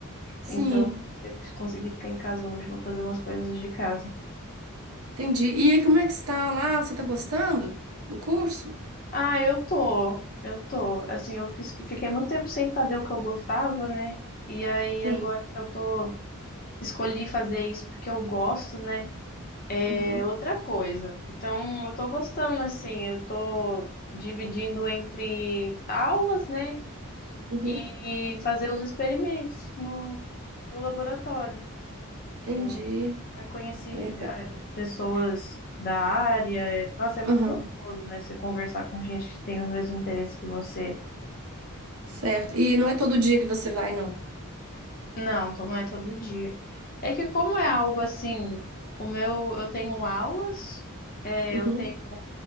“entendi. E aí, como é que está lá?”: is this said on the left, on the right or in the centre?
Right